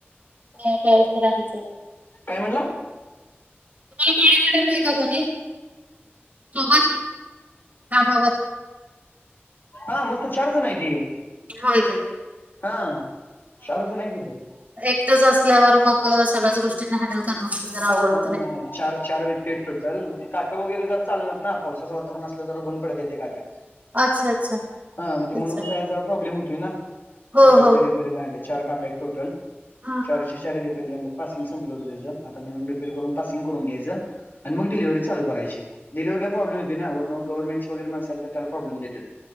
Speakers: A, on the left; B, on the right.
A: आहे
B: नाही आधीचा,
A: काय म्हणला
B: तुम्हाला कॉर्डिनेटर नाही का कोणी सोबत, कामावर,
A: हा मस्त चार जण आहेती.
B: होय काय,
A: हा चार जण आहेत तिथ,
B: एकटच असल्यावर मग सगळ्याच गोष्टींना हँडल करण मग जरा आवघड
A: हा,
B: होत
A: हा,
B: नाय.
A: नाही नाही चार चार व्यक्ती आहेत टोटल मग ते काटं वगैरे जरा चालनात ना पावसाचं वातावरण असलं जरा बंद पडत्यात तेे काटं,
B: अच्छा, अच्छा,
A: हा म ते
B: अच्छा.
A: मनुक जाळाय जरा प्रॉब्लेम होतोय ना त्यासाठी
B: हो, हो.
A: दिलेत. रिपेरीला आणलेत चार काट आहेत टोटल
B: हां,
A: चारच्या
B: हां.
A: चार रिपेरीला आणलीत पासिंग संपलं होत त्याच आता नेऊन रिपे, रिपेर करून पासिंग करून घ्यायचं आणि मग डिलीवरी चालू करायची. डीलेवरिला प्रॉब्लेम येतोय ना वरन गव्हर्नमेंटची वगैेरे माणस आली तर त्याला प्रॉब्लेम देत्यात.